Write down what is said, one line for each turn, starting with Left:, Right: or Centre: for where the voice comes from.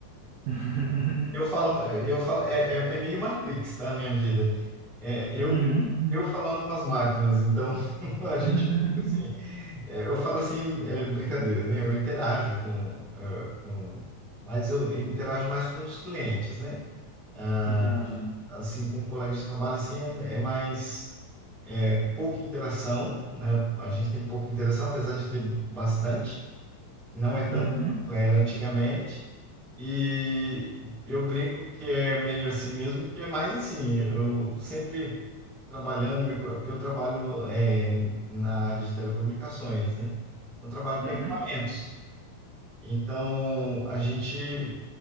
Right: <laughs>
Centre: Eu falo, é, eu falo, é, é, é meio Matrix, tá, a minha vida. É, eu,
Right: Uhum.
Centre: eu, eu falando com as máquinas, então <laughs> a
Right: <laughs>
Centre: gente fica assim, é, eu falo assim, é brincadeira, né? Eu interajo com, é, com, mas eu interajo mais com os clientes, né? Ah,
Right: Entendi.
Centre: assim, com colegas de trabalho, assim, é, é mais, é, pouca interação, né? A gente tem pouca interação, apesar de ter bastante, não é tanto
Right: Uhum.
Centre: quanto era antigamente. E eu brinco que é meio assim mesmo, porque é mais assim, eu sempre trabalhando, me co- porque eu trabalho é, na área de telecomunicações, né? Eu trabalho
Right: Uhum.
Centre: com equipamentos. Então, a gente,